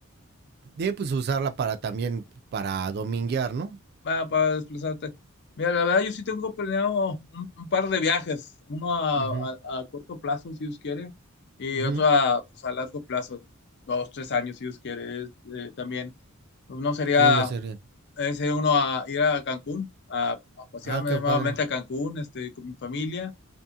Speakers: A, on the right; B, on the left.
A: y pues usarla para también, para dominguear, ¿no?
B: va, para desplazarte. Mira, la verdad, yo sí tengo planeado un, un par de viajes, uno a,
A: Ujú,
B: a- a corto plazo, si Dios quiere, y
A: ujú.
B: otro a, pues, a largo plazo, dos, tres años, si Dios quiere. Es, eh, también, uno sería
A: ¿Cuáles serían?
B: ese uno a ir a Cancún, a, a pasearme
A: Ah, qué
B: nuevamente
A: padre,
B: a Cancún, este, con mi familia.